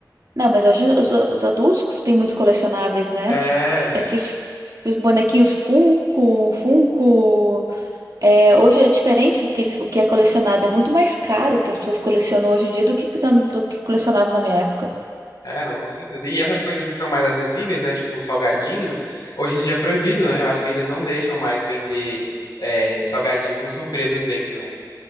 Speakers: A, on the right; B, on the left.
A: não, mas hoje os, os adultos têm muitos colecionáveis, né?
B: É, assim.
A: Esses f- os bonequinhos Funko, Funko. É, hoje é diferente o que, eles- o que é colecionado. É muito mais caro o que as pessoas colecionam hoje em dia do que, que na- do que colecionavam na minha época.
B: É, não, com certeza. E essas coisas que são mais acessíveis, né? Tipo, salgadinho, hoje em dia é proibido, né? Eu acho que eles não deixam mais vender, é, salgadinho com surpresas dentro, né?